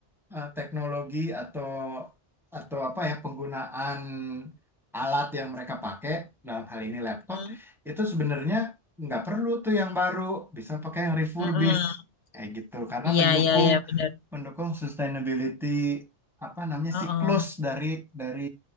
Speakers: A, in the centre; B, on the left.
A: eh, teknologi atau atau apa ya penggunaan alat yang mereka pakai dalam hal ini laptop
B: hmm,
A: itu sebenarnya nggak perlu tuh yang baru bisa pakai yang refurbished
B: mm-mm.
A: kayak gitu karena
B: Iya,
A: mendukung
B: iya, iya, benar.
A: mendukung sustainability apa namanya
B: Oh,
A: siklus dari dari